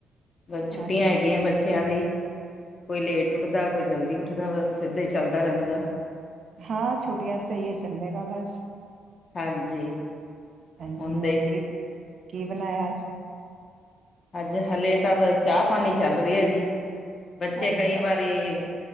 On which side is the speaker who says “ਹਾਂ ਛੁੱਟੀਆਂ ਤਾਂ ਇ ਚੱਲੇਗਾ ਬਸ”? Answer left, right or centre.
Right